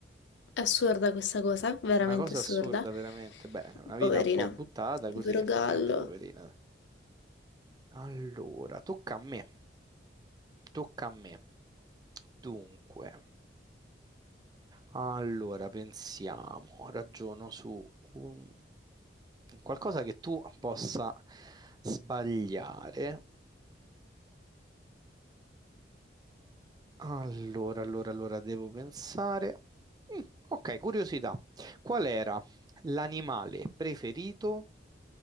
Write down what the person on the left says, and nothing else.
assurda questa cosa, veramente
assurda.
Poverino,
povero
gallo.